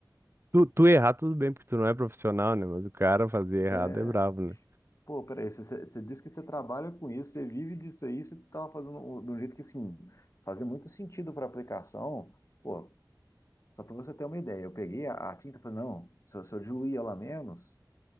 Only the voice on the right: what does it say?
Tu, tu errar, tudo bem, porque tu não é profissional, né? Mas o cara fazer errado
é brabo, né?